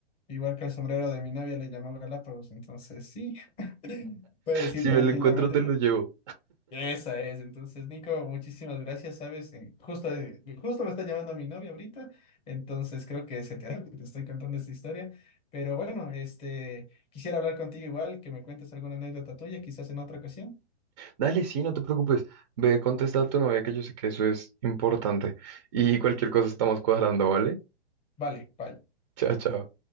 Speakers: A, on the left; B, on the right.
A: Igual que el sombrero de mi novia le llamó Galápagos, entonces sí, <laughs> puedes ir
B: Si
A: tranquilamente
B: me lo encuentro, te
A: ya.
B: lo llevo.
A: Esa es, entonces Nico, muchísimas gracias, sabes, eh, justo, eh, justo me está llamando mi novia ahorita, entonces creo que se enteró que te estoy contando esta historia, pero bueno, este, quisiera hablar contigo igual, que me cuentes alguna anécdota tuya, quizás en otra ocasión.
B: Dale, sí, no te preocupes. Ve, contesta a tu novia que yo sé que eso es importante. Y cualquier cosa estamos cuadrando, ¿vale?
A: Vale, bye.
B: Chao, chao.